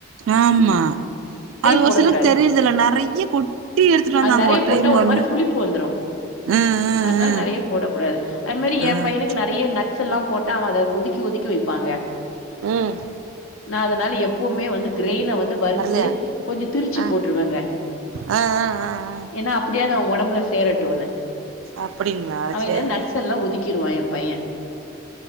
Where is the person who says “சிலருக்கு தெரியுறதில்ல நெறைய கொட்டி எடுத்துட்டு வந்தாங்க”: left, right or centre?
Right